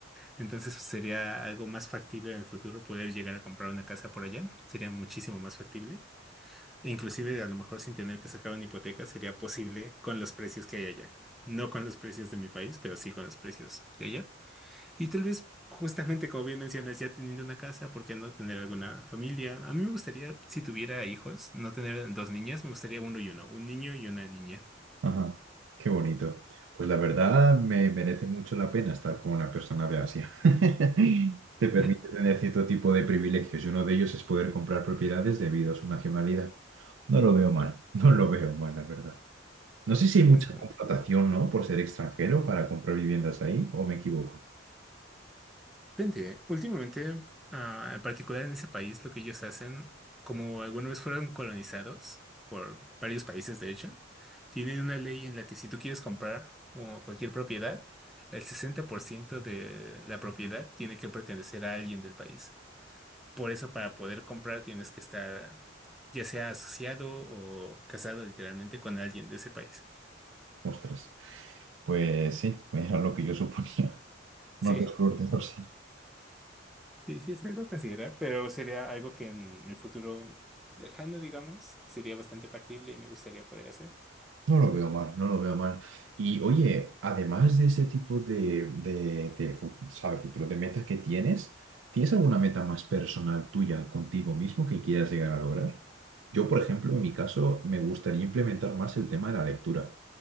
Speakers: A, in the centre; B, on the right.
A: Entonces sería algo más factible en el futuro poder llegar a comprar una casa por allá. Sería muchísimo más factible. E inclusive a lo mejor sin tener que sacar una hipoteca sería posible con los precios que hay allá. No con los precios de mi país, pero sí con los precios de allá. Y tal vez justamente como bien mencionas, ya teniendo una casa, ¿por qué no tener alguna familia? A mí me gustaría, si tuviera hijos, no tener dos niñas, me gustaría uno y uno, un niño y una niña.
B: Ajá, qué bonito. Pues la verdad me merece mucho la pena estar con una persona de Asia. <laughs> Te permite
A: <laughs>
B: tener cierto tipo de privilegios y uno de ellos es poder comprar propiedades debido a su nacionalidad. No lo veo mal, <laughs> no lo veo mal, la verdad. No sé si hay
A: Pues,
B: mucha
A: no,
B: contratación, ¿no? Por ser extranjero para comprar viviendas ahí, o me equivoco.
A: Depende. Últimamente, ah, en particular en ese país, lo que ellos hacen, como alguna vez fueron colonizados por varios países, de hecho, tienen una ley en la que si tú quieres comprar o cualquier propiedad, el 60% de la propiedad tiene que pertenecer a alguien del país. Por eso, para poder comprar, tienes que estar ya sea asociado o casado literalmente con alguien de ese país.
B: Ostras, pues sí, era lo que yo suponía.
A: Sí,
B: No te escrúpulos.
A: Sí, sí, es algo a considerar, pero sería algo que en el futuro lejano, digamos, sería bastante factible y me gustaría poder hacer.
B: No lo veo mal, no lo veo mal. Y oye, además de ese tipo de, de, de fu- ¿sabes? futuro, de metas que tienes, ¿tienes alguna meta más personal tuya contigo mismo que quieras llegar a lograr? Yo, por ejemplo, en mi caso, me gustaría implementar más el tema de la lectura.